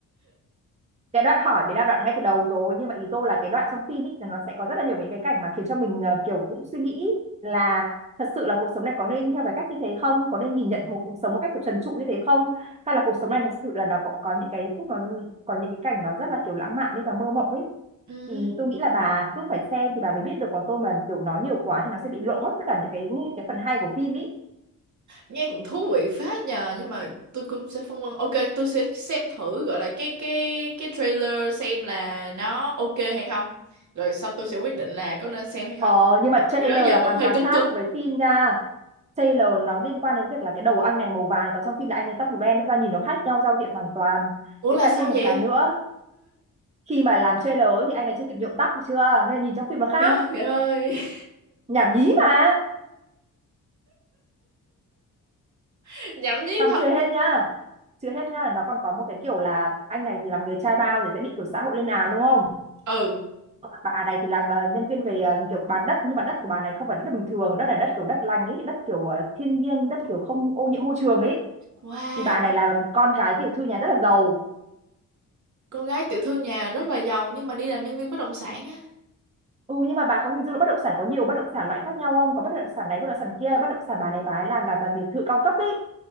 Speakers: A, on the right; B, on the right.
A: cái đoạn hỏi đấy là đoạn ngay từ đầu rồi nhưng mà ý tôi là cái đoạn trong phim ấy thì nó sẽ có rất là nhiều những cái cảnh mà khiến cho mình ờ, kiểu cũng suy nghĩ là thật sự là cuộc sống này có nên theo cái cách như thế không có nên nhìn nhận một cuộc sống một cách kiểu trần trụi như thế không hay là cuộc sống này thật sự là nó có, có những cái phút nó có những cái cảnh nó rất là kiểu lãng mạn đấy và mơ mộng ấy
B: Ừ.
A: thì
B: <laughs>
A: tôi nghĩ là bà cứ phải xem thì bà mới biết được còn tôi mà kiểu nói nhiều quá thì nó sẽ bị lộ mất tất cả những cái cái phần hay của phim ý
B: nghe cũng thú vị phết nhờ nhưng mà tôi cũng sẽ phân vân ok tôi sẽ xem thử gọi là cái cái cái trailer xem là nó ok hay không rồi xong tôi sẽ quyết định là có nên xem hay không
A: Ờ, nhưng mà trailer
B: bữa đó giờ
A: là
B: vẫn
A: hoàn
B: hơi
A: toàn
B: cứng
A: khác
B: cứng
A: với phim nha. Trailer nó liên quan đến việc là cái đầu của anh này màu vàng, còn trong phim là anh này tóc màu đen, ra nhìn nó khác nhau giao diện hoàn toàn.
B: ủa
A: Với
B: là
A: cả
B: sao
A: thêm một
B: vậy
A: cái nữa, khi mà làm trailer ấy thì anh này chưa kịp nhuộm tóc được chưa, nên nhìn trong phim nó khác.
B: trời ơi
A: Nhảm nhí mà.
B: <laughs> nhảm nhí
A: Xong
B: thật
A: chưa hết nhá. Chưa hết nhá, nó còn có một cái kiểu là anh này thì làm người trai bao thì sẽ bị kiểu xã hội lên án đúng không?
B: ừ
A: Bà này thì làm ờ, nhân viên về ờ, kiểu bán đất nhưng mà đất của bà này không phải đất bình thường, đất là đất kiểu đất lành ấy, đất kiểu ờ, thiên nhiên, đất kiểu không ô nhiễm môi trường ấy
B: wow
A: thì bà này là con gái tiểu thư nhà rất là giàu
B: con gái tiểu thư nhà rất là giàu nhưng mà đi làm nhân viên bất động sản á
A: ừ nhưng mà bà có hình dung là bất động sản có nhiều bất động sản loại khác nhau không có bất động sản này bất động sản kia bất động sản bà này bà ấy làm là toàn biệt thự cao cấp ấy